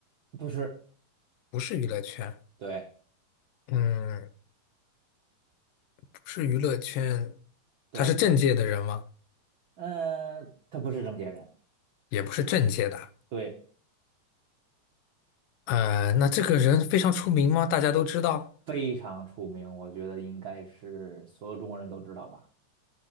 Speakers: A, on the right; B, on the left.
A: 不是，
B: 不是娱乐圈。
A: 对
B: 嗯，不是娱乐圈，
A: 对，
B: 他是政界的人吗？
A: 呃，他不是郑解人，
B: 也不是政界的。
A: 对，
B: 呃，那这个人非常出名吗？大家都知道，
A: 非常出名，我觉得应该是所有中国人都知道吧。